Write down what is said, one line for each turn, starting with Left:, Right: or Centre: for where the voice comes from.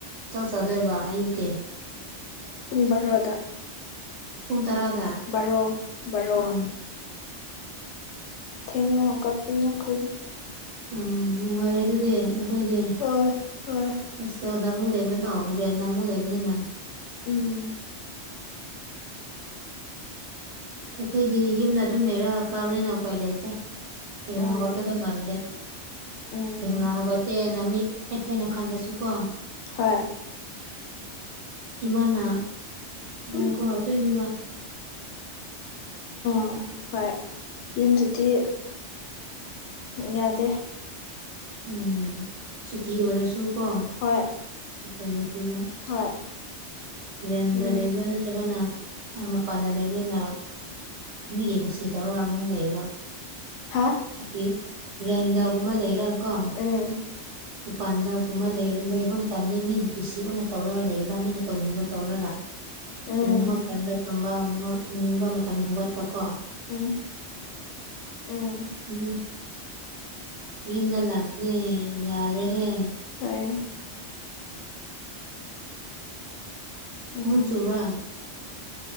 Right: ꯆꯥꯛ ꯆꯥꯗꯣꯏꯕ ꯑꯌꯨꯛꯀꯤ
Left: ꯄꯨꯡ ꯕꯥꯔꯣꯗ
Right: ꯄꯨꯡ ꯇꯔꯥꯗ
Left: ꯕꯥꯔꯣ ꯕꯥꯔꯣ
Right: ꯑꯥ
Left: ꯊꯦꯡꯅ ꯍꯧꯒꯠꯄꯅ‌ꯦ ꯑꯈꯣꯏꯗꯤ
Right: ꯑ ꯅꯨꯡꯉꯥꯏꯔꯦ ꯑꯗꯨꯗꯤ ꯅꯈ‌ꯣꯏꯗꯤ
Left: ꯍꯣꯏ ꯍꯣꯏ
Right: ꯍ‌ꯣꯁꯇ‌ꯦꯜꯗ ꯑꯃꯨꯛ ꯂꯩꯕꯅꯤ ꯑ ꯔꯦꯟꯗ ꯑꯃꯨꯛ ꯂꯩꯕꯅꯤꯅ
Left: ꯎꯝ
Right: ꯑꯩꯈꯣꯏꯗꯤ ꯌꯨꯝꯗ ꯑꯗꯨꯝ ꯂꯩꯔ ꯀꯥꯕꯅꯤꯅ ꯎꯄꯥꯏ ꯂꯩꯇꯦ ꯇꯤꯡꯅ
Left: ꯎꯝ
Right: ꯍꯧꯒꯠꯄꯗ‌ꯣ ꯉꯝꯗꯦ
Left: ꯎꯝ
Right: ꯊꯦꯡꯅ ꯍꯧꯒꯠꯇꯦꯅ ꯃꯤ ꯑꯩꯈꯣꯏꯅ ꯈꯜꯂꯁꯨꯀꯣ
Left: ꯍꯣꯏ
Right: ꯏꯃꯥꯅ ꯑꯗꯨꯝ
Left: ꯎꯝ
Right: ꯀꯧꯔꯛꯇꯣꯏꯅꯦꯕ
Left: ꯑ ꯍꯣꯏ ꯌꯨꯝꯗꯗꯤ ꯌꯥꯗꯦ
Right: ꯎꯝ ꯁꯨꯇꯤ ꯑꯣꯏꯔꯁꯨ ꯀꯣ
Left: ꯍꯣꯏ
Right: ꯎꯄꯥꯏ ꯂꯩꯇꯦꯕ
Left: ꯍꯣꯏ
Right: ꯭ꯔꯟꯗ
Left: ꯎꯝ
Right: ꯂꯩꯕ ꯅꯠꯇ꯭ꯔꯒꯅ ꯑꯥ ꯃꯄꯥꯟꯗ ꯂꯩꯕꯔꯅꯪ ꯃꯤꯒꯤ ꯀꯨꯁꯤ ꯇꯧꯔꯒ ꯑꯃꯨꯛ ꯂꯩꯌꯦꯕ
Left: ꯍꯥ
Right: ꯁꯨꯇꯤ ꯔꯦꯟꯗꯒꯨꯝꯕ ꯂꯩꯔ ꯀꯣ
Left: ꯎꯝ
Right: ꯃꯄꯥꯟꯗꯒꯨꯝꯕ ꯂꯩꯕ ꯃꯇꯝꯗ ꯃꯤꯒꯤ ꯀꯨꯁꯤ ꯑꯣꯏꯅ ꯇꯧꯔꯒ ꯂꯩꯕ ꯃꯤꯅ ꯇꯧꯅꯤꯡꯕ ꯇꯧꯔꯒ
Left: ꯎꯝ
Right: ꯇꯨꯝꯅꯤꯡꯕ ꯃꯇꯝꯗ ꯇꯨꯝꯕ ꯍꯧꯅꯤꯡꯕ ꯍꯧꯅꯤꯡꯕ ꯃꯇꯝꯗ ꯍꯧꯒꯠꯄ ꯀꯣ
Left: ꯎꯝ ꯎꯝ
Right: ꯎꯝ ꯌꯨꯝꯗ ꯂꯥꯛꯇꯦ ꯌꯥꯔ‌ꯦꯍꯦ
Left: ꯐꯩ ꯎꯝ
Right: ꯅ‌ꯣꯡ ꯆꯨꯕ꯭ꯔꯥ